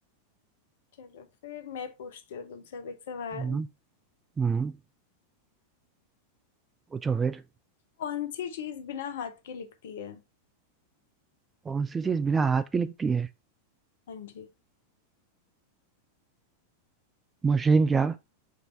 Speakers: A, on the left; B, on the right.
A: चलो फिर मैं पूछती हूँ तुमसे अब एक सवाल
B: हम्म हम्म पूछो फिर
A: कौन सी चीज बिना हाथ के लिखती है
B: कौन सी चीज बिना हाथ के लिखती है
A: हाँ जी
B: मशीन क्या